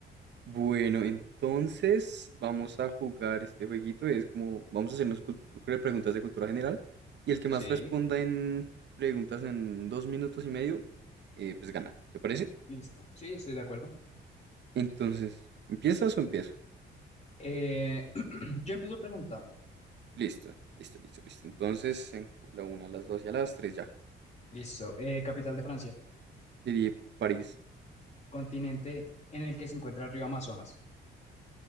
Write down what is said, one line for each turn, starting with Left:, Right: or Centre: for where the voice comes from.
Right: Bueno, entonces vamos a jugar este jueguito. Es como, vamos a hacernos cul- cre- preguntas de cultura general. Y el que
Left: Sí,
Right: más responda en preguntas en dos minutos y medio, eh, pues gana. ¿Te parece?
Left: listo. Sí, estoy de acuerdo.
Right: Entonces, ¿empiezas o empiezo?
Left: Eh, <clears throat> yo empiezo preguntando.
Right: Listo, listo, listo, listo. Entonces, en cu- la una, a las dos y a las tres ya.
Left: Listo. eh, capital de Francia.
Right: Diría París
Left: Continente en el que se encuentra el río Amazonas.